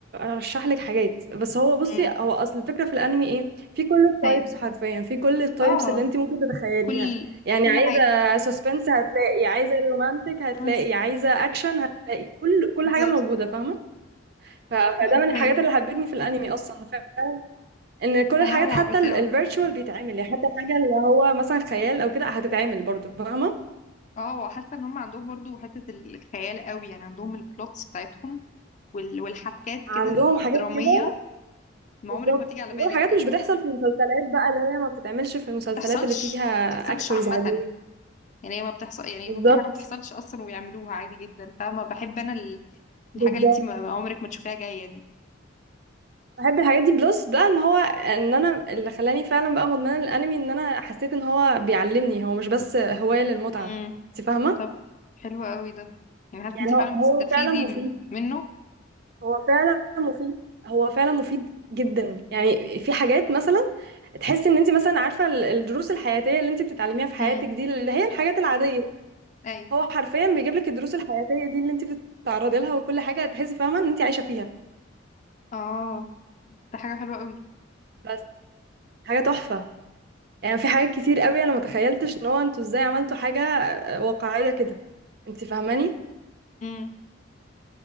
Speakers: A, on the right (about 50°); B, on the left (about 35°).
A: ارشح لك حاجات بس هو بصي
B: امم
A: هو اصل الفكره في الانمي ايه في كل التايبس
B: أي
A: حرفيا في كل التايبس
B: اه
A: اللي انت ممكن تتخيليها
B: كل
A: يعني
B: كل
A: عايزه سسبنس هتلاقي عايزه رومانتك هتلاقي
B: حاجة
A: عايزه اكشن هتلاقي كل كل
B: بالظبط
A: حاجه موجوده فاهمه ف- فده
B: وحرفيا
A: من الحاجات اللي حبتني في الانمي اصلا ف... ان كل
B: التنوع
A: الحاجات حتى
B: بتاعه
A: الفيرتشوال بيتعمل يعني حتى الحاجه اللي هو مثلا خيال او كده هتتعمل برضه فاهمه
B: اه وحاسه ان هم عندهم برضو حته الخيال قوي يعني عندهم البلوتس بتاعتهم وال... والحبكات كده
A: عندهم
B: الدراميه
A: حاجات كده
B: ما
A: بالظبط
B: عمرك ما تيجي على
A: عندهم
B: بالك
A: حاجات
B: يعني
A: مش بتحصل
B: ما
A: في المسلسلات بقى اللي هي ما بتتعملش في المسلسلات
B: بتحصلش
A: اللي فيها
B: ما بتحصلش
A: اكتورز
B: عامه
A: عاديين
B: يعني هي ما بتحصل يعني
A: بالظبط
B: ممكن حاجه ما بتحصلش اصلا ويعملوها عادي جدا فاهمه بحب انا ال... الحاجه
A: بالظبط
B: اللي انت ما ما عمرك ما تشوفيها جايه دي
A: بحب الحاجات دي بلس بقى ان هو ان انا اللي خلاني فعلا بقى مدمنه للانمي ان انا حسيت ان هو بيعلمني هو مش بس هوايه للمتعه
B: امم
A: انت فاهمه
B: طب حلو قوي ده يعني حاسه
A: يعني
B: انت فعلا
A: هو هو
B: بتستفيدي
A: فعلا مفيد
B: م- منه
A: هو فعلا مفيد هو فعلا مفيد جدا يعني في حاجات مثلا تحس ان انت مثلا عارفه ال- الدروس الحياتيه اللي انت بتتعلميها في حياتك
B: امم
A: دي اللي هي الحاجات العاديه
B: اي
A: هو حرفيا بيجيب لك الدروس الحياتيه دي اللي انت بتتعرضي لها وكل حاجه تحسي فاهمه ان انت عايشه فيها
B: اه ده حاجه حلوه قوي
A: بس حاجه تحفه يعني في حاجات كتير قوي انا ما تخيلتش ان هو انتوا ازاي عملتوا حاجه آه، واقعيه كده انت فاهماني
B: امم